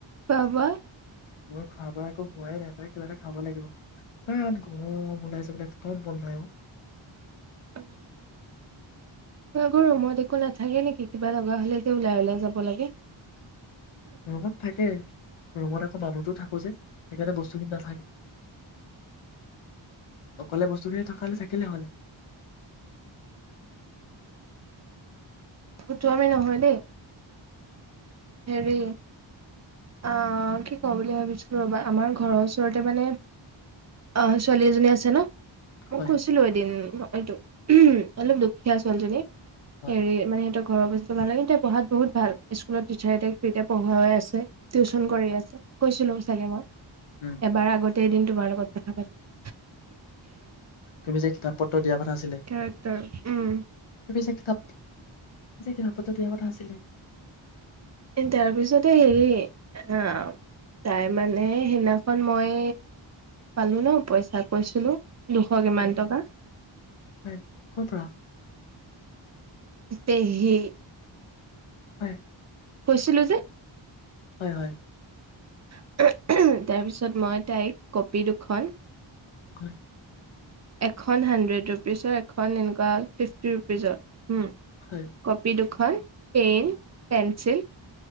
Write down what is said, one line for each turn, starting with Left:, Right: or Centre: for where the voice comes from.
Right: খোৱা বোৱা?
Left: মোৰ খোৱা একো হোৱাই নাই, তাই কিবা এটা খাব লাগিব, ইমান গৰম, ওলাই যাবলে একদম মন নাই অ
Right: উম, <inaudible> নুঘূৰু, ৰুমত একো নাথাকে নেকি? কিবা লগা হলে যে ওলাই ওলাই যাব লাগে!
Left: ৰুমত থাকে, ৰুমত আকৌ মানুহটো থাকো যে, সেইকাৰণে বস্তুখিনি নাথাকে! অকলে বস্তুখিনি থকে থাকিলে হলে।
Right: ফতুআমি নহয় দেই হেৰি অঁ কি কওঁ বুলি ভাবিছিলো ৰবা, আমাৰ ঘৰৰ ওচৰতে মানে, অঁ ছোৱালী এজনী আছে ন মই
Left: হয়
Right: কৈছিলো এদিন এইটো, অলপ দুখীয়া ছোৱালীজনী
Left: হয়
Right: হেৰি মানে সিহঁতক ঘৰৰ বস্তু ভালেকেইতা পঢ়াত বহুত ভাল, স্কুলত টিচাৰট তেতিয়া পঢ়াই আছে টিউচন
Left: উম
Right: কৰি আছে, কৈছিলো চাগে মই
Left: উম
Right: এবাৰ আগতে কেইদিন তোমাৰ লগত কথা পাতিলে
Left: তুমি যে কিতাপ পত্ৰ দিয়া কথা আাছিলে
Right: কেৰেক্টাৰ উম।
Left: তুমি যে কিতাপ যে কিতাপত্ৰ দিয়া কথা আছিলে
Right: তাৰ পিছতে হেৰি আহ তাই মানে সেইদিখন মই পালো ন পইচা কৈছিলো দুশ কিমান
Left: হয়
Right: টকা
Left: হয় ক'ৰ পৰা
Right: তেহেই
Left: হয়
Right: কৈছিলো যে
Left: হয় হয়
Right: তাৰপিছত মই তাইক কপি দুখন
Left: হয়
Right: এখন হাড্ৰেড ৰুপিজৰ এখন এনেকুৱা ফিফটি ৰুপিজৰ উম
Left: হয়
Right: কপি দু খন পেইন পেঞ্চিল